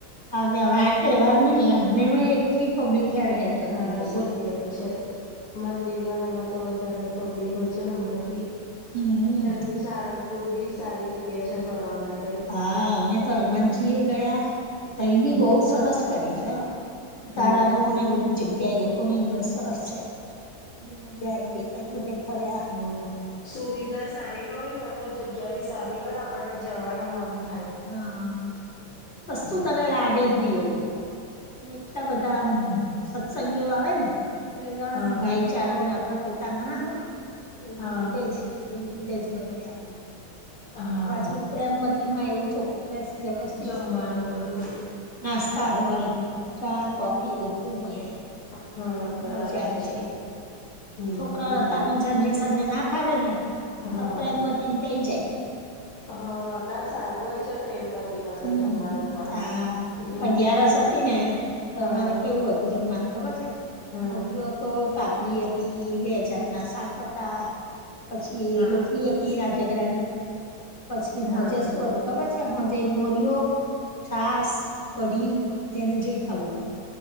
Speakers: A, on the left; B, on the left.
A: હ વ્યવહાર તહેવાર નઈ એમને એટલી પબ્લિક હે હેર કરતી
B: હા
A: હોય
B: સાચી
A: બોલ
B: વાત છે મંદિર બને મત તો વધારે પબ્લિક હોય છે ને હમણાંથી
A: હમ
B: અને સારંગપુર બી સારી જગ્યા ક છે ફરવા માટે
A: હા અમે તો હરમનજી એ ગયા તહી બી
B: હમ.
A: બહુ સરસ કરી છે ઉતારા
B: હમ
A: ન ને બધી જગ્યા એ લોકોને બધ સરસ છે હ મજા આઈ ગઈ ત બ તે ફરે્યા
B: હ સુવિધા સારી હોય ને અને જગ્યા ભી સારી હોય ને આપણને જવાનું મન થાય
A: હા સસ્તું
B: હમ
A: કર લાગે જ નિ એવું અને એટલા બધા સત્સંગીઓ આવે ને એટલે જવામ
B: હા
A: ભાઈચારોને આપડા પોતા નાના હોય એવી
B: હા
A: રીતે જ એવી રીતે જ વર્તે આપણી જોડે
B: હા.
A: અને પાછી પ્રેમવતી માં એવું ચોખું ખોડા વ્યવસ્થિત
B: જમવાનું
A: મળ
B: બધું
A: નાસ્તા હોય ચા કોફી બધું મળે
B: હમ્મ બરાબર
A: મજા આઈ
B: છે.
A: જાય.
B: હમ
A: છોકરા અતાર ન જનરેશનને ના ફાવે ને
B: હા.
A: તો પ્રેમવતી પે જાય
B: હા ના સારું હોય છે પ્રેમવતી માં તો
A: હમ
B: જમવાનું પણ
A: હા
B: હમ
A: અગિયારસ હતી ને તમારે
B: હા
A: કેવું હતું જમવાનું ખબર છે
B: હા
A: મોરિયો હતો કાતરી બે જાતના શાક હતા પછી
B: હા
A: રોટલી તીરા ઝઘરા ની પછી
B: હા
A: હોજ શું હતું કબરજ હો જાય મોરીઓ છાસ કડી જેને જે ખાવું
B: હમ
A: હોય